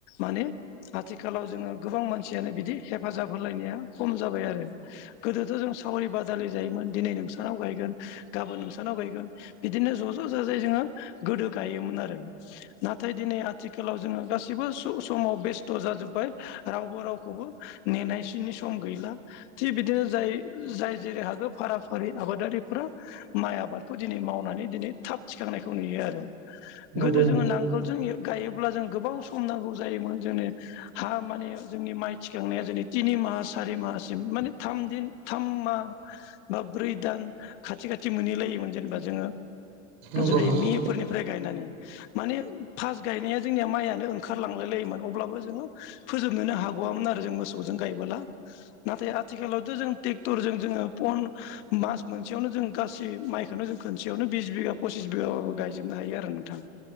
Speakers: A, on the left; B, on the right.
A: माने आथिखालाव जोङो गोबां मानसियानो बिदि हेफाजाब होलायनाया खम जाबाय आरो। गोदोथ' जों सावरि बादालि जायोमोन दिनै नोंसानाव गायगोन गाबोन नोंसानाव गायगोन। बिदिनो ज' ज' जाजायै जोङो गोदो गायोमोन आरो। नाथाय दिनै आथिखालाव जोङो गासिबो समाव बेस्थ' जाजोब रावबो रावखौबो नेनायसनि सम गैला। थिग बिदिनो जाय जाय जेरै हागो फारा फारि आबादारिफोरा माइ आबादखौ दिनै मावनानै दिनै थाब थिखांनायखौ नुयो आरो।
B: नंगौ
A: गोदो जोङो नांगोलजों गायोब्ला जों गोबाव सम नांगौ जायोमोन जोंनो। हा माने जोंनि माइ थिखांनाया जोंनि थिनि माह सारि माहसिम माने थाम दिन थाम माह बा ब्रै दान खाथि खाथि मोनहैलायोमोन जेनेबा जोङो
B: नंगौ
A: जुरै
B: नंगौ
A: मे फोरनिफ्राय गायनानै माने फास गायनाया जोंनिआ माइआनो ओंखारलांलाय लायोमोन अब्लाबो जोङो फोजोबनोनो हागवामोन आरो जों मोसौजों गायबोला नाथाय आथिखालावथ' जों ट्रेक्टरजों जोङो फन मास मोनसेआवनो जों गासै माइखौनो जों खनसेआवनो बिस बिघा पसिस बिगाबाबो गायजोबनो हायो आरो नोंथां